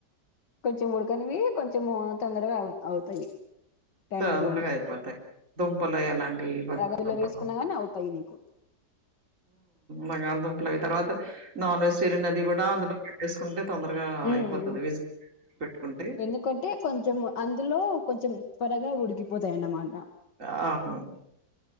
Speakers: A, on the left; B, on the right.
A: కొంచెం ఉడుకనివి కొంచెం తొందరగా అవు అవుతాయి టైమింగ్
B: సంతగా
A: లోనే
B: అయిపోతాయి దుంపలు అవి అలాంటివి బళదుంపలు
A: రగలో వేసుకున్నా గాని అవుతాయి నీకు
B: బంగాళదుంపల అవి తర్వాత నాన్ వెజటేరి అది కూడా అందులో పెట్టేసుకుంటే తొందరగా
A: హ్మ్మ్
B: అయిపోతది. విజిల్ పెట్టుకుంటే
A: ఎందుకంటే కొంచెం అందులో కొంచెం త్వరగా ఉడికి పోతాయి అన్నమాట
B: అవును